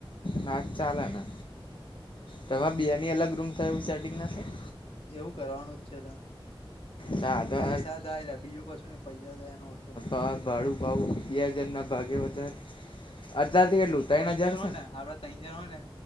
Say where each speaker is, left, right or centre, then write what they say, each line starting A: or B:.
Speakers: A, on the left; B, on the left.
A: નાજ ચાલેને. તમારા બેની અલગ રૂમ થાય એુંવુ સેટિંગ ના થાય?
B: એવું કરવાનું જ છે લા.
A: થાય
B: પણ પૈસા જાય લા બીજું કશું નઈ, પૈસા જાય એનો વાંધો નઈ.
A: આ ભાડું. ભાવ બે જણના ભાગે વધારે અત્યારથી કેટલું ત્રણ
B: તૈયાંન
A: હજાર
B: જણ
A: છે
B: હોય ને આપડા તૈંજણ હોય ને.